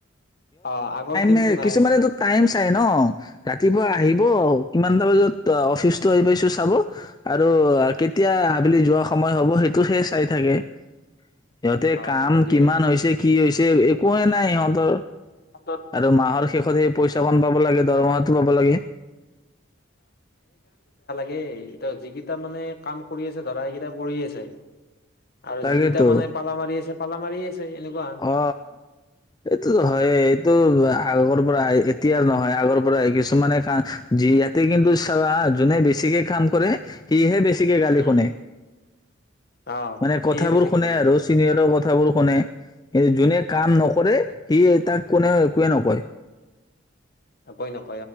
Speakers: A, on the left (about 55°); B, on the left (about 20°).
A: অ আগৰ টিমটো
B: নে
A: নাই
B: কিছুমানে
A: আমাৰ।
B: টো টাইম চাই ন ৰাতিপুৱা আহিব কিমানটা বজাত অফিচতো আহি পাইছো চাব আৰু কেতিয়া আবেলি যোৱা সময় হব সেইটোতহে চাই থাকে সিহঁতে
A: অ',
B: কাম
A: সেইটোৱে
B: কিমান হৈছে কি হৈছে? একোৱেই নাই সিহঁতৰ
A: অত
B: আৰু মাহৰ শেষত সেই পইচা কণ পাব লাগে। দৰমহাটো পাব লাগে।
A: সেই ত', যিকেইটা, মানে, কাম কৰি আছে। ধৰা, সেইকেইটা কৰিয়েই আছে আৰু
B: তাকেতো
A: যিকিটা, মানে, পালা মাৰি আছে পালা মাৰি আছে।। এনেকুৱাহান
B: অ এইটোতো হয়েই। তো।। আগৰ
A: উম।
B: পৰা আহ এতিয়াৰ নহয়। হয়, আগৰ পৰা হয়। কিছুমানে কা <unintelligible> যি ইয়াতে। কিন্তু চাবা, হা, যোনে বে বেছিকে কাম কৰে। সিহে বেছিকে গালি
A: উম,
B: শুনে।
A: অ',
B: মানে, কথাবোৰ
A: সেয়ে বেছিকে
B: শুনে
A: গালি
B: আৰু চিনিয়ৰৰ কথা কথাবোৰ শুনে।। এই যোনে
A: অ',
B: কাম নকৰে সিয়ে তাক কোনেও একোৱে নকয়
A: হয় নক